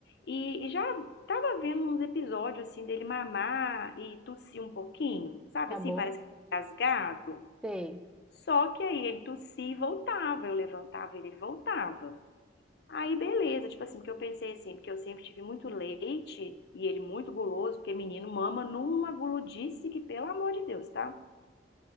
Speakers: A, on the left; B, in the centre.
A: E, e já tava vendo uns episódios assim dele mamar e tossir um pouquinho, sabe
B: Tá
A: assim?
B: bom?
A: Parece que tá rasgado.
B: Tem.
A: Só que aí ele tossia e voltava, eu levantava e ele voltava. Aí beleza, tipo assim, porque eu pensei assim, porque eu sempre tive muito leite e ele muito guloso, porque menino mama numa guludice que, pelo amor de Deus, tá?